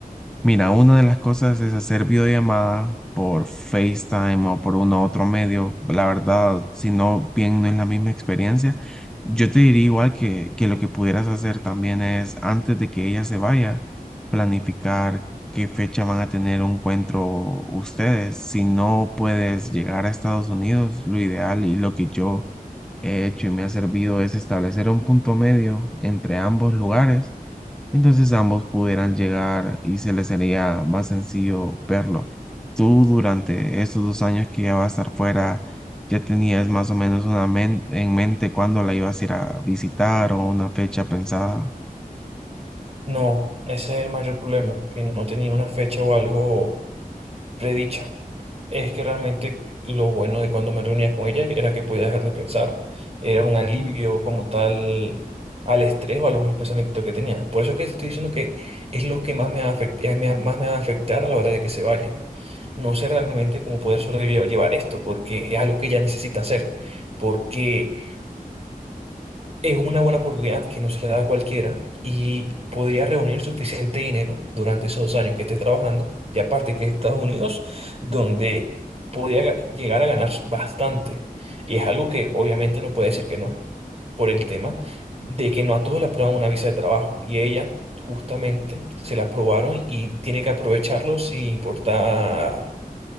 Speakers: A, in the centre; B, on the right.
A: Mira, una de las cosas es hacer videollamada por FaceTime o por uno u otro medio. La verdad, si no, bien no es la misma experiencia. Yo te diría igual que, que lo que pudieras hacer también es, antes de que ella se vaya, planificar qué fecha van a tener un encuentro ustedes. Si no puedes llegar a Estados Unidos, lo ideal y lo que yo he hecho y me ha servido es establecer un punto medio entre ambos lugares entonces ambos pudieran llegar y se les sería más sencillo verlo. Tú durante estos dos años que ya vas a estar fuera, ya tenías más o menos una men- en mente cuándo la ibas a ir a visitar o una fecha pensada.
B: No, ese es el mayor problema, que no tenía una fecha o algo predicha. Es que realmente lo bueno de cuando me reunía con ella era que podía dejar de pensar. Era un alivio como tal al estrés o a los malos pensamientos que tenía. Por eso es que te estoy diciendo que es lo que más me va a afect- eh, me va- más me va a afectar a la hora de que se vaya. No sé realmente cómo poder sobrellevar esto, porque es algo que ya necesita hacer, porque es una buena oportunidad que no se le da a cualquiera y podría reunir suficiente dinero durante esos dos años que esté trabajando, y aparte que es Estados Unidos, donde podría ga- llegar a ganar bastante. Y es algo que obviamente no puede decir que no, por el tema de que no a todos le aprueban una visa de trabajo, y ella justamente se la aprobaron y tiene que aprovecharlo sin importar